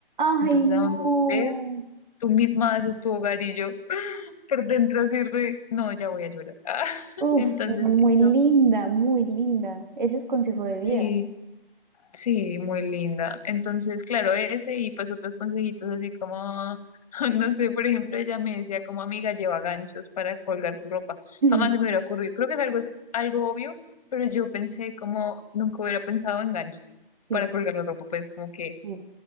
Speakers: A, on the right; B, on the left.
A: Ay,
B: Entonces,
A: no.
B: a donde estés, tú misma haces tu hogar y yo <laughs> por dentro así re, no, ya voy a llorar. <laughs>
A: Uf,
B: Entonces,
A: muy
B: eso,
A: linda, muy linda. Ese es consejo de vida.
B: sí. Sí, muy linda. Entonces, claro, ese y pues otros consejitos así como, <laughs> no sé, por ejemplo, ella me decía como amiga, lleva ganchos para colgar tu ropa.
A: <laughs>
B: Jamás se me hubiera ocurrido. Creo que es algo, es algo obvio, pero yo pensé como nunca hubiera pensado en ganchos
A: Sí,
B: para colgar la ropa. Pues como que
A: sí,